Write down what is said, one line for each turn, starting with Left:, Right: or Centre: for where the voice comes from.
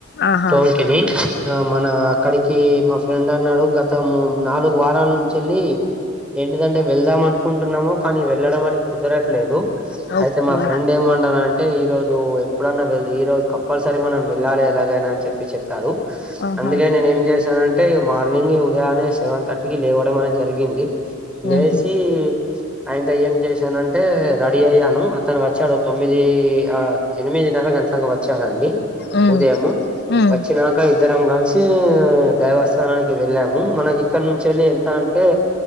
Left: ఆహా
Centre: టోంకిని ఆ మన అక్కడికి కి మా ఫ్రెండ్ అన్నాడు గత ము నాలుగు వారాల నుంచి వెళ్ళి ఏంటిదంటే వెళ్దాం అనుకుంటున్నాము కానీ వెళ్ళడం అని కుదరట్లేదు
Left: ఓకే
Centre: అయితే మా ఫ్రెండ్ ఏమంటానడంటే ఈ రోజు ఎప్పుడైన్నా వెళ్ ఈ రోజు కంపల్సరీ మనం వెళ్ళాలి ఎలాగైనా అని చెప్పి చెప్పాడు
Left: ఆహా
Centre: అందుకని నేను ఏం చేశానం అంటే మార్నింగ్ ఉదయానే సెవెన్ థర్టీకి లేవడం అనేది జరిగింది లేచి
Left: ఉహు
Centre: ఆయంత ఏం చేశానంటే రెడీ అయ్యాను అతను వచ్చాడు తొమ్మిది ఆ ఎనిమిది నర గంటలకి వచ్చాడండి
Left: ఉమ్
Centre: ఉదయము
Left: ఉమ్
Centre: వచ్చినాక ఇద్దరం కలిసి దేవస్థానానికి వెళ్ళాము మనకి ఇక్కడ నుంచి వెళ్ళి ఎంత అంటే